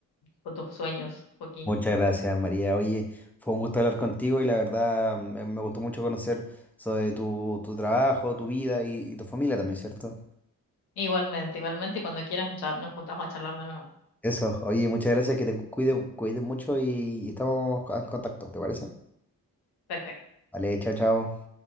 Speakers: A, on the left; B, in the centre.
A: con tus sueños, Joaquín.
B: Muchas gracias, María. Oye, fue un gusto hablar contigo y la verdad me, me gustó mucho conocer sobre tu, tu trabajo, tu vida y, y tu familia también, ¿cierto?
A: Igualmente, igualmente, y cuando quieras nos, cha- nos juntamos a charlar de nuevo.
B: Eso, oye, muchas gracias, que te cuiden, cuiden mucho y, y estamos en contacto, ¿te parece?
A: Perfecto.
B: Vale, chao, chao.